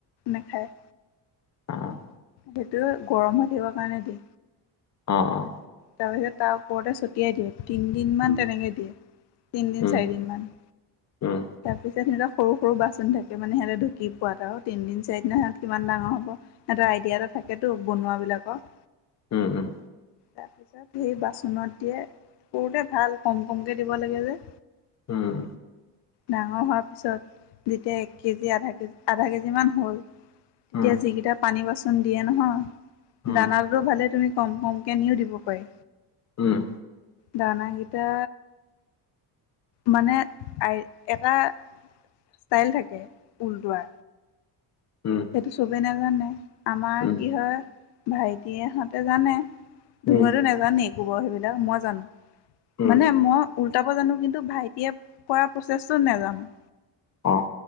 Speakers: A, on the left (about 70°); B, on the left (about 40°).
A: নেখায়।
B: অ',
A: সেইটো গৰম হৈ থাকিবৰ কাৰণে দিয়ে।
B: অ'-অ'
A: তাৰপিছত তাৰ ওপৰতে ছটিয়াই দিয়ে তিনিদিনমান
B: উম,
A: তেনেকে দিয়ে তিনিদিন
B: উম,
A: চাৰিদিন মান।
B: উম,
A: তাৰ পিছত সিহঁতৰ সৰু সৰু বাচন থাকে মানে সিহঁতে ঢুকি পোৱাকে আৰু তিনদিন চাৰিদিন সিহঁত কিমান ডাঙৰ হ'ব। এটা আইডিয়া এটা থাকেতো বনোৱা বিলাকৰ।
B: উম-উম
A: তাৰপিছত সেই বাচনত দিয়ে সৰুতে ভাল কম কমকে দিব লাগে যে।
B: উম
A: ডাঙৰ হোৱাৰ পিছত যেতিয়া এক কেজি আধা কেজি আধা কেজিমান হ'ল। তেতিয়া
B: উম,
A: যিকেইটা পানী বাচন দিয়ে নহয়
B: উম,
A: দানা ভালে তুমি কম কমকৈ নিও দিব পাৰি।
B: উম
A: দানাকিটা মানে আই এটা ষ্টাইল থাকে ওলটোৱা
B: উম
A: সেইটো চবেই নাজানে আমাৰ
B: উম,
A: কি হয় ভাইটিয়েহঁতে জানে। ধুনুয়েটো
B: উম,
A: নোজানেই গোবৰ সেইবিলাক মই জানোঁ
B: উম,
A: মানে মই উলটাব জানোঁ কিন্তু ভাইটিয়ে কৰা প্ৰচেছটো নাজানোঁ।
B: অ'